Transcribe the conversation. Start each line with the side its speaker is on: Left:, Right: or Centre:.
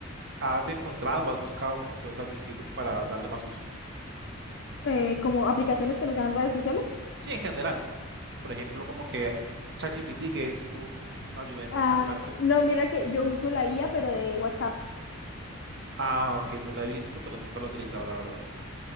Right: has encontrado o has buscado como que otras distintas para darle más uso?
Left: eh, como aplicaciones que no sean redes sociales.
Right: Sí, en general. Por ejemplo, como que ChatGPT, que es u- un ayuden-
Left: Ah,
Right: un ayudante.
Left: no, mira que yo uso la IA, pero de WhatsApp.
Right: Ah, ok, yo la he visto, pero nunca lo he utilizado, la verdad.